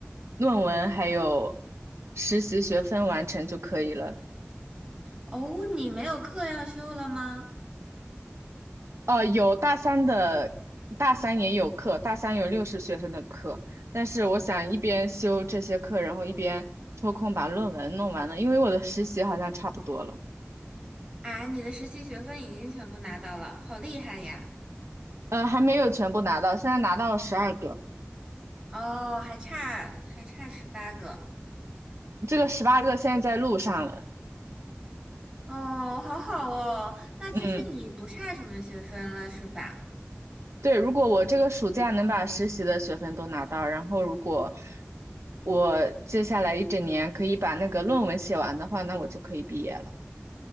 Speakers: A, on the right; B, on the right.
A: 论文还有实习学分完成就可以了。
B: 哦，你没有课要修了吗？
A: 呃，有大三的，大三也有课，大三有六十学分的课，但是我想一边修这些课，然后一边抽空把论文弄完了，因为我的实习好像差不多了，
B: 啊，你的实习学分已经全部拿到了，好厉害呀！
A: 呃，还没有全部拿到，现在拿到了十二个，
B: 哦，还差还差十八个。
A: 这个十八个现在在路上了，
B: 哦，好好哦，那其实你不差什么学分了，
A: 嗯，
B: 是吧？
A: 对，如果我这个暑假能把实习的学分都拿到，然后如果我接下来一整年可以把那个论文写完的话，那我就可以毕业了。